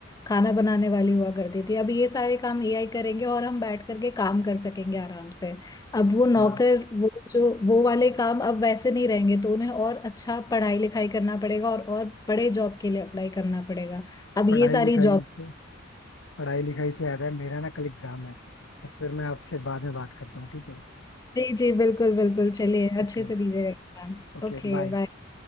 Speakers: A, on the left; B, on the left.
A: खाना बनाने वाली हुआ करती थी अब ये सारे काम एआई करेंगे और हम बैठ करके काम कर सकेंगे आराम से अब वो नौकर
B: हाँ
A: वो जो वो वाले काम अब वैसे नहीं रहेंगे तो उन्हें और अच्छा पढ़ाई लिखाई करना पड़ेगा और और बड़े जॉब के लिए अप्लाई करना पड़ेगा अब
B: पढ़ाई
A: ये सारी
B: लिखाई
A: जॉब
B: से पढ़ाई लिखाई से याद है मेरा ना कल एग्जाम है तो फिर मैं आपसे बाद में बात करता हूँ ठीक है
A: जी जी बिल्कुल बिल्कुल चलिए अच्छे
B: ओके
A: से दीजिएगा एग्जाम
B: Okay
A: Okay
B: bye
A: bye